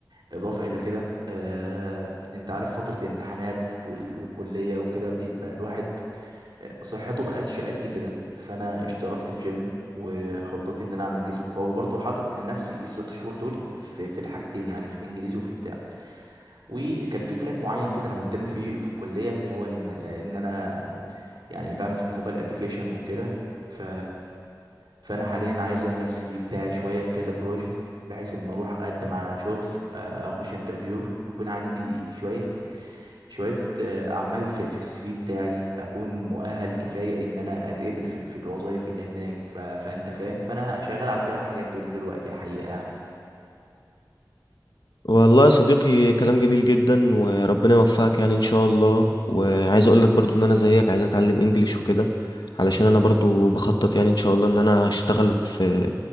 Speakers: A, on the right (about 85°); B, on the left (about 70°).
A: اضافة الى كده آه، انت عارف فترة الامتحانات وف- والكلية وكده بيبقى الواحد صحته بقتش قد كده فانا اشتركت في جيم وخطتي ان انا اعمل جسم قوي برضو حاطط لنفسي الست شهور دول في في الحاجتين يعني في الانجليزي وفي البتاع وكان في تراك معين كده انا مهتم فيه في الكليه هو ان ان انا يعني بعمل موبايل ابلكيشن وكده ف فانا حاليا عايز املى السي في بتاعي شويه بكذا بروجكت بحيث اما اروح اقدم على شغل آه، او اخش انترفيو يكون عندي شويه شويه آه، اعمال في في السي في بتاعي اكون مؤهل كفايه ان انا اتقبل في ال- في الوظائف اللي هناك ف- فانت فاهم فانا شغال على الثلاث حاجات دول دلوقتي الحقيقه يعني
B: والله يا صديقي كلام جميل جدا وربنا يوفقك يعني إن شاء الله وعايز أقول لك برضو إن أنا زيك عايز أتعلم إنجليش وكده علشان أنا برضو بخطط يعني إن شاء الله إن أنا أشتغل في